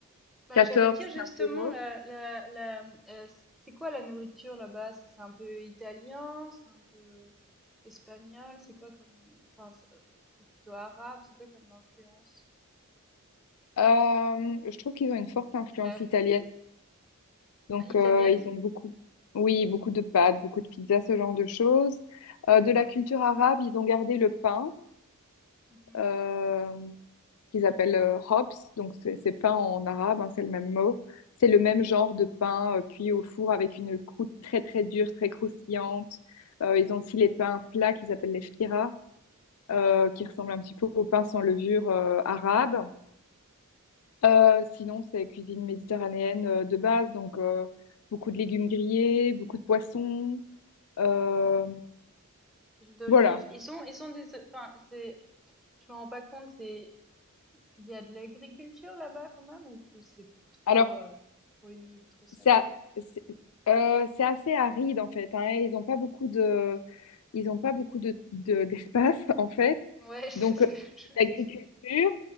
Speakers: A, in the centre; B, on the left.
A: Bah,
B: 14-15
A: j'allais dire justement
B: euros.
A: la la la euh, c'est quoi la nourriture là-bas? C'est c'est un peu italien, c'est un peu espagnol, c'est quoi comme enfin c'est- euh, plutôt arabe, c'est quoi comme influence?
B: Euh, je trouve qu'ils ont une forte influence
A: Anglais.
B: italienne. Donc,
A: Ah, Italienne?
B: euh, ils ont beaucoup, oui, beaucoup de pâtes, beaucoup de pizzas, ce genre de choses. Euh,
A: Mhm,
B: de la culture arabe, ils ont gardé le pain,
A: mhm.
B: euh, qu'ils appellent euh, hops. Donc, c'est c'est pain en arabe, hein, c'est le même mot. C'est le même genre de pain euh, cuit au four avec une croûte très, très dure, très croustillante. Euh, ils ont aussi les pains plats qu'ils appellent les fira, euh, qui
A: D'accord.
B: ressemblent un petit peu au pain sans levure euh, arabe. Euh, sinon, c'est cuisine méditerranéenne euh, de base, donc euh, beaucoup de légumes grillés, beaucoup de poissons. euh,
A: Huile d'olive.
B: voilà.
A: Ils ont ils ont des enfin c'est je me rends pas compte c'est il y a de l'agriculture là-bas quand même ou, ou c'est trop
B: Alors,
A: euh, trop humide, trop salé?
B: ça, c'est euh, c'est assez aride en fait. hein, et ils n'ont pas beaucoup de, ils ont pas beaucoup de, de- d'espace <laughs> en fait.
A: Ouais, <laughs> c'est
B: Donc,
A: ce
B: euh,
A: que je me
B: d'agriculture,
A: disais.